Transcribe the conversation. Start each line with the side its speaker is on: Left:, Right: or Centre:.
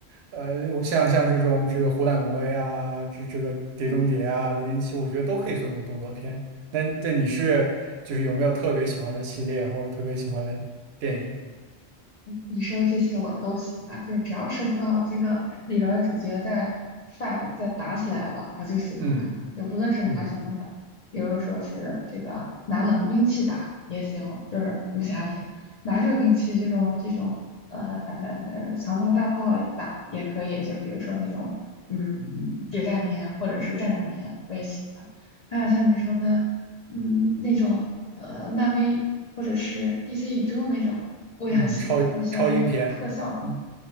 Right: 呃，我像像这种这个《虎胆龙威》啊，这这个《碟中谍》啊，
Left: 嗯，
Right: 《零零七》，我觉得都可以算作动作片。那那你是就是有没有特别喜欢的系列或者特别喜欢的电影？
Left: 你说的这些我都喜欢，就是只要涉及到这个里边儿的主角在 fight 在打起来了，我就喜欢看。
Right: 嗯
Left: 就无论是拿什么打，
Right: 嗯。
Left: 比如说是这个拿冷兵器打也行，就是武侠片；拿热兵器这种这种呃长枪大炮打也可以，就比如说那种嗯谍战片或者是战争片，我也喜欢。还有像你说的。嗯，那种呃，漫威或者是 DC 宇宙那种，我也很喜欢。
Right: 嗯，超超英片，
Left: 像那种特效很好，
Right: 嗯